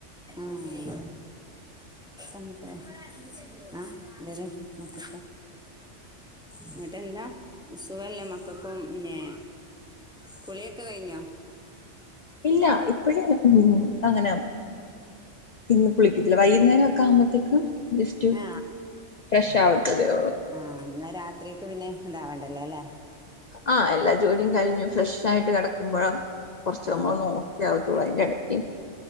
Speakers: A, in the centre; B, on the left.
A: ആഹ് അങ്ങനെ തന്നെ ആഹ് <unintelligible> ഓക്കെ ന്നിട്ട് എന്താ സുവല്ലേ മക്കക്കും പിന്നെ കുളി ഒക്കെ കഴിഞ്ഞോ
B: ഇല്ല ഇപ്പഴ് അങ്ങനെ ഇന്ന് കുളിക്കത്തില്ല വൈകുന്നേരം ഒക്കെ ആവുമ്പയത്തേക്ക് ജസ്റ്റ്
A: ആ
B: ഫ്രഷ് ആവത്തതേ ഒള്ളു
A: ആഹ് എന്നാ രാത്രിക്ക് പിന്നെ ഇതാവണ്ടല്ലേ ല്ലെ
B: ആഹ് എല്ലാ ജോലിയും കഴിഞ്ഞു ഫ്രഷായിട്ട് കെടക്കുമ്പോഴ കോർച്ച്
A: ആ
B: നമ്മള് ഓക്കെ ആവത്തോള്ളു അയ്ന്റെ എട ഇ